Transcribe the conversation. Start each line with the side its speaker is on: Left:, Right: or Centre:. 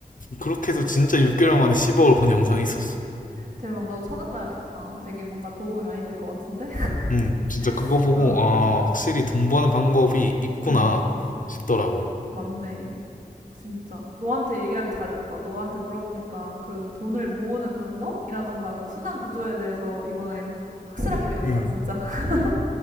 Left: 그렇게 해서 진짜 6개월 만에 10억을 번 영상이 있었어.
Right: 대박, 나도 찾아봐야겠다. 되게 뭔가 도움이 많이 될 것 같은데?
Left: 음, 진짜 그거
Right: <laughs>
Left: 보고
Right: 어,
Left: 아 확실히 돈 버는 방법이 있구나
Right: 응,
Left: 싶더라고.
Right: 맞네. 진짜. 너한테 얘기하기 잘했다. 너한테 물어보니까 그 돈을 모으는 방법이라던가 그 순환 구조에 대해서 이번에 확실하게 배운다,
Left: 음,
Right: 진짜. <laughs>